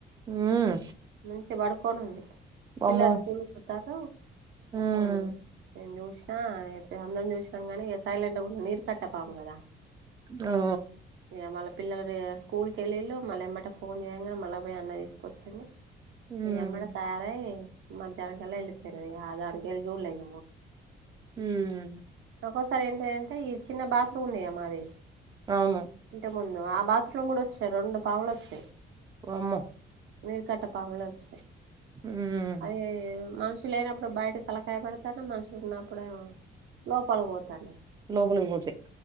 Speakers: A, on the right; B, on the right.
A: ఉమ్
B: మంచి పడుకొని ఉంది
A: వామ్మో
B: పిల్లలు స్కూల్ కి పోతారు
A: ఉమ్
B: మ్ నేను చూసిన అయితే అందరం చూసినాం కానీ, ఇగ సైలెంట్ గుండి నీరు కట్ట పాము కదా
A: రో
B: ఇక మళ్ళ పిల్లలు స్కూల్కి వెల్లిళ్ళు మల్ల ఎంబట ఫోన్ చేయంగానే మళ్ళా పోయి అన్న తీసుకొచ్చిండు.
A: ఉమ్
B: ఎమ్మడే తయారై మధ్యాహ్నం కల్లా వెళ్లిపోయిర్రు ఇగ దానికెళ్ చూడలే ఇగ
A: మ్మ్
B: ఒక్కోసారి ఏంటిది అంటే ఈ చిన్న బాత్రూమ్ ఉందిగా మాది
A: అవును
B: ఇంట ముందు ఆ బాత్రూమ్ కూడా వచ్చినాయి రొండు పాములు వచ్చినాయి
A: వామ్మో
B: నీరుకట్ట పాములే వచ్చినాయి.
A: ఉమ్
B: అయ్యయ్యయ్యో మనుష్ షి లేనప్పుడు బయట తలకాయ పెడతానయి మనుషులు ఉన్నప్పుడేమో, లోపలకి పోతన్నాయి.
A: లోపలికి పోతాయి